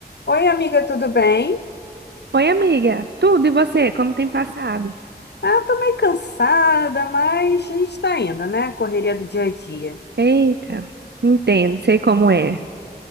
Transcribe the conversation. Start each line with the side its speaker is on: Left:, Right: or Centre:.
Left: Oi, amiga, tudo bem?
Right: Oi, amiga. Tudo e você? Como tem passado?
Left: Ah, tô meio cansada, mas a gente tá indo, né? Correria do dia a dia.
Right: Eita, entendo, sei como é.